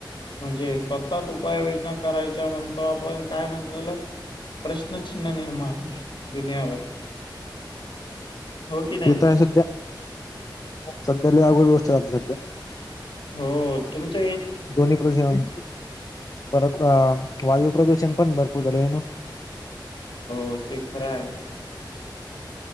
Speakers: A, on the left (about 80°); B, on the left (about 45°).
A: म्हणजे स्वतःच उपाययोजना करायच्या म्हणतो आपण काय म्हणतो त्याला प्रश्नचिन्ह निर्मा आहे दुनियावर हो की नाही
B: तेिथ आहे सध्या सध्याला अघोड गोष्ट झाली सध्या
A: हो तुमच.
B: दोन्ही प्रदूषण परत वायू प्रदूषण पण भरपूर झाले आहे ना
A: पण ते खर आहे.